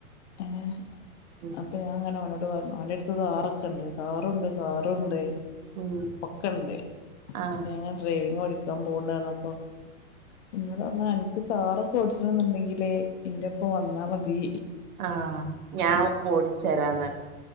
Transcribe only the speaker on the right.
ഉം
ഉം
ആഹ്
ആഹ് ഞാൻ ഓടിച്ചരാന്നറഞ്ഞ